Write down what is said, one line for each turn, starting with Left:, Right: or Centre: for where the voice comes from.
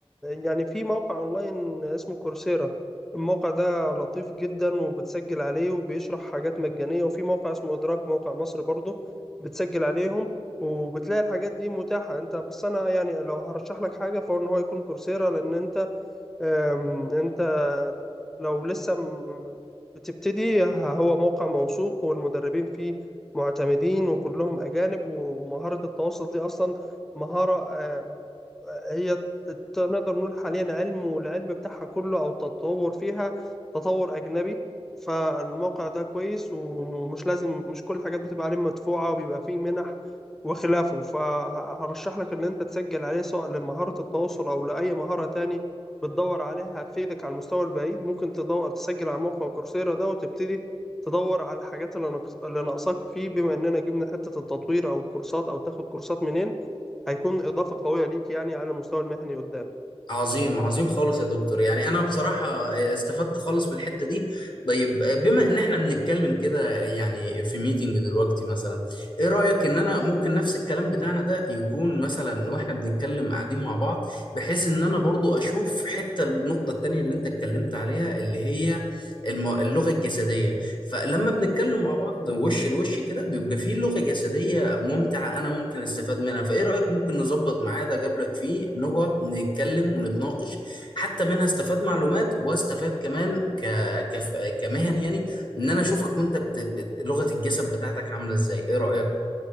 Centre: يعني في موقع اونلاين اسمه كورسيرا الموقع ده لطيف جدا وبتسجل عليه وبيشرح حاجات مجانية وفي موقع اسمه ادراك موقع مصر برضو بتسجل عليهم وبتلاقي الحاجات دي متاحة انت بس انا يعني لو هرشح لك حاجة فهو ان هو يكون كورسيرا لان انت أم، انت لو لسه م- بتبتدي هو موقع موثوق والمدربين فيه معتمدين وكلهم أجانب ومهارة التواصل دي أصلا مهارة أم، هي ت- نقدر نقول حاليا علم والعلم بتاعها كله أو التطور فيها تطور أجنبي فالموقع ده كويس ومش لازم مش كل الحاجات بتبقى عليه مدفوعة وبيبقى فيه منح وخلافه فهرشح لك إن أنت تسجل عليه سواء لمهارة التواصل أو لأي مهارة تاني بتدور عليها هتفيدك على المستوى البعيد ممكن تدور تسجل على موقع كورسيرا ده وتبتدي تدور على الحاجات اللي ناقص- اللي ناقصاك فيه بما اننا جبنا حتة التطوير او الكورسات او تاخد كورسات منين هيكون اضافة قوية ليك يعني على المستوى المهني قدام
Left: عظيم عظيم خالص يا دكتور يعني انا بصراحة آه، استفدت خالص من الحتة دي طيب آه، بما ان احنا بنتكلم كده يعني في ميتنج دلوقتي مثلا ايه رأيك ان انا ممكن نفس الكلام بتاعنا ده يكون مثلا واحنا بنتكلم قاعدين مع بعض بحيث ان انا برضو اشوف حتة النقطة التانية اللي انت اتكلمت عليها اللي هي الم- اللغة الجسدية فلما بنتكلم مع بعض وش لوش كده بيبقى فيه لغة جسدية ممتعة أنا ممكن أستفاد منها فإيه رأيك ممكن نظبط ميعاد أجابلك فيه نقعد نتكلم ونتناقش حتى منها استفاد معلومات واستفاد كمان ك... كف... كمهن يعني إن أنا أشوفك وأنت بت... بت... لغة الجسد بتاعتك عاملة إزاي إيه رأيك؟